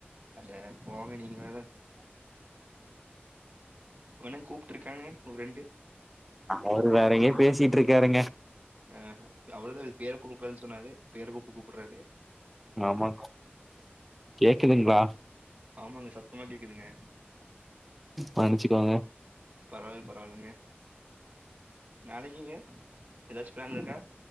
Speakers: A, on the right (about 45°); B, in the centre.
A: அட போங்க நீங்க வேற இவனு கூப்ட்டுருக்காங்க ஒரு ரெண்டு
B: அவரு வேற எங்கயோ பேசிட்டுருக்காருங்க
A: ஆ அவரு பேர கூப்லன் சொன்னாரு பேர கூப்ட்டு கூப்புட்றாரு
B: ஆமா கேக்குதுங்ளா
A: ஆமாங்க சத்தமா கேக்குதுங்க
B: மன்னிச்சுக்கோங்க
A: பரவால் பரவால்லங்க நாளக்கிங்க கண் இருக்கா